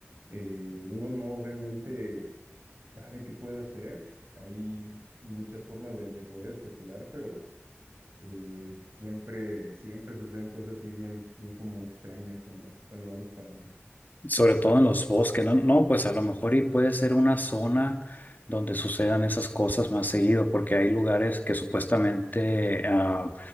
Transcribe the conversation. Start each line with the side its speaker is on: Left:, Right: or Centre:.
Right: eh, uno no realmente sabe qué puede hacer. Hay muchas formas de, de poder especular, pero eh, siempre, siempre suceden cosas así bien, bien como extrañas cuando, cuando vamos para allá.
Left: Sobre todo en los bosques, ¿no? No, pues a lo mejor y puede ser una zona donde sucedan esas cosas más seguido, porque hay lugares que supuestamente ah,